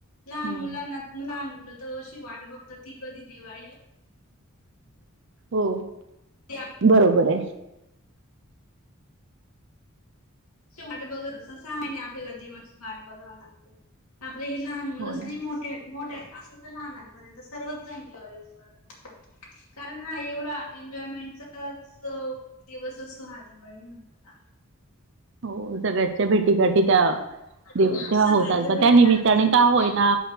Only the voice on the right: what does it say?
हो
ना
हो
बरोबर आहे.
हो ना
हो सगळ्याच्या भेटीगाठी त्या
तेव्हा
होतात
त्या निमित्ताने
का
होईना